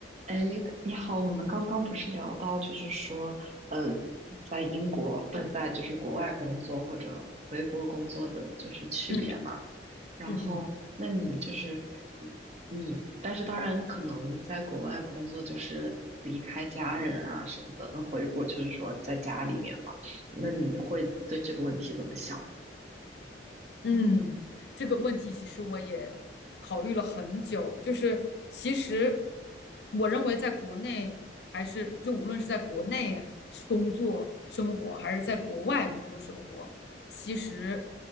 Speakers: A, on the right; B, on the left.
A: 哎，你好，我们刚刚不是聊到，就是说，呃，在英国不是在就是国外工作或者回国工作的就是区别嘛？
B: 嗯
A: 然后，
B: 嗯嗯，
A: 那你就是你，你但是当然可能在国外工作就是离开家人啊什么的，那回国就是说在家里面嘛。那你会对这个问题怎么想呢？
B: 嗯，这个问题其实我也考虑了很久，就是其实我认为在国内还是就无论是在国内是工作生活，还是在国外工作生活，其实